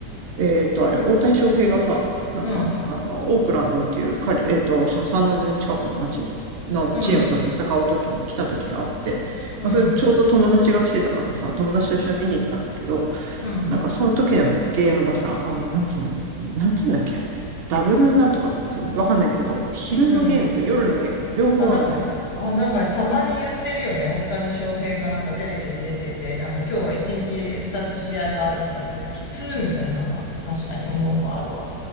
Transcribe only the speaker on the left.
うん。
うん。うん。
うん。
うん。
あ、なんか、あ、なんかたまに言ってるよね。大谷翔平がなんかテレビで出てて、なんか今日は一日二つ試合があるとか見てて、きつーみたいなのは確かに思うのはあるわ。